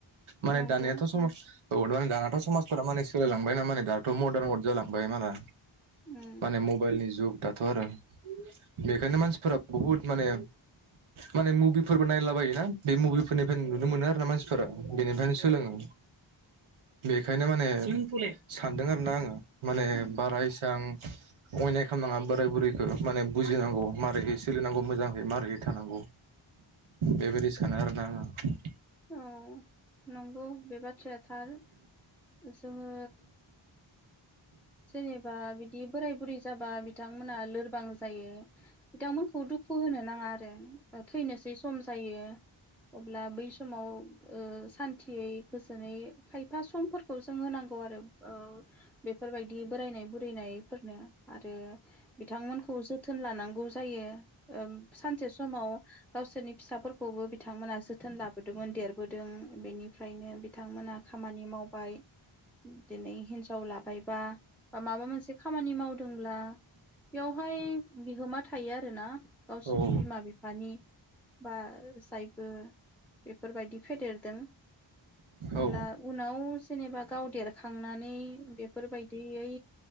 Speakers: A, on the right; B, in the centre.
A: माने
B: नंगौ
A: दानियाथ' सम औ वद माने दानाथ समाजफोरा माने सोलायलांबायनाा माने दाथ मदार्न वर जालांबाय माला
B: उम
A: माने मबाइल नि जुग। दाथ' आरो बेखायनो मानसिफोरा बुहुत माने माने मुभिफोरबो नायलाबायोना बे मुभि फोरनिफ्राय नुनो मोनो आरो ना मानसिफोरा। बेनिफ्रायनो सोलोङो। बेखायनो माने <unintelligible> सानदों आरो ना आङो माने
B: उम उम
A: बारा इसां अयनाय खालामनाङा बोराय बुरैखौ माने बुजिनांगौ मारै सोलिनांगौ मोजाङै मारै थानांगौ। बेबादि सानो आरोना आं। <inaudible>
B: औ नंगौ बे बाथ्राया थार। जोङो जेनेबा बिदि बोराय बुरै जाबा बिथांमोना लोरबां जायो बिथांमोनखौ दुखु होनो नाङा आरो। जों थैनोसै सम जायो। अब्ला बै समाव ओ सान्थियै गोजोनै खायफा समफोर खौ जों होनांगौ आरो, औ बेफोरबायदि बोरायनाय बुरैनायफोरनो आरो बिथांमोनखौ जोथोन लानां गौ जायो, ओ सानसे समाव गावसोरनि फिसाफोरखौबो बिथांमोना जोथोन लाबोदोंमोन देरबोदों बेनिफ्रायनो बिथांमोना खामानि मावबाय। दिनै हिन्जाव लाबायबा, बा माबा मोनसे, खामानि मावदोंब्ला बेवहाय बिहोमा थायो आरो ना, गावसोरनि
A: औ
B: बिमा बिफानि बा जायफोर बेफोरबायदि फेदेरदों अब्ला
A: औ
B: उनाव जेनेबा गाव देरखांनानै बेफोरबायदियै